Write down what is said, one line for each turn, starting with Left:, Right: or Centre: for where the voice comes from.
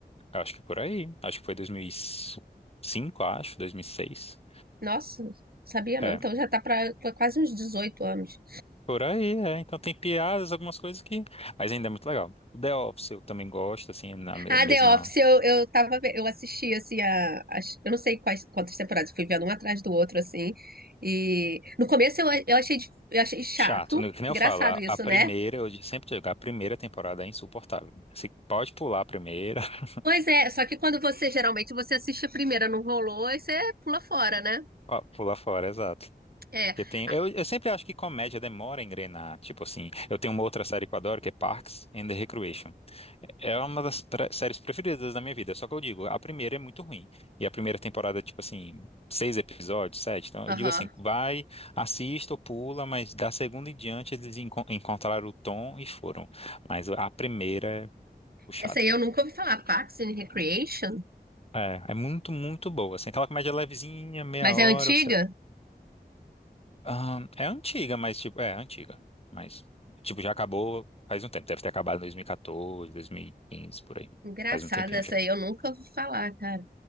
Left: Eu acho que por aí. Acho que foi dois mil e cinco, acho, 2006.
Right: Nossa, sabia
Left: É,
Right: não. Então já tá para quase uns 18 anos.
Left: por aí, é. Então tem piadas, algumas coisas que. Mas ainda é muito legal. O The Office eu também gosto, assim, na me-
Right: Ah,
Left: mesma.
Right: The Office, eu, eu tava, ve- eu assisti assim a, as- eu não sei quais quantas temporadas, fui vendo um atrás do outro assim. E no começo eu, eu achei, dif- eu achei chato.
Left: Chato, né? que nem
Right: Engraçado
Left: eu falo, a,
Right: isso,
Left: a primeira,
Right: né?
Left: eu sempre digo, a primeira temporada é insuportável. Você pode pular a primeira, <laughs>
Right: Pois é, só que quando você geralmente você assiste a primeira, não rolou, aí você pula fora, né?
Left: ó, pular fora, é exato.
Right: É.
Left: Porque tem,
Right: Ah,
Left: eu, eu sempre acho que comédia demora a engrenar. Tipo assim, eu tenho uma outra série que eu adoro, que é Parks and the Recreation. É é uma das tra- séries preferidas da minha vida. Só que eu digo, a primeira é muito ruim. E a primeira temporada, é, tipo assim, seis episódios, sete. Então eu
Right: Aham.
Left: digo assim, vai, assista ou pula, mas da segunda em diante eles enco- encontraram o tom e foram. Mas a primeira é puxada.
Right: Essa aí eu nunca ouvi falar, Parks and Recreation,
Left: É, é muito, muito boa. Assim, aquela comédia levezinha, meia
Right: mas
Left: hora,
Right: é antiga?
Left: você Ahn, é antiga, mas tipo, é antiga. Mas, tipo, já acabou faz um tempo. Deve ter acabado em 2014, 2015, por aí.
Right: Engraçada,
Left: Faz um tempinho
Right: essa
Left: já.
Right: aí eu nunca ouvi falar, cara.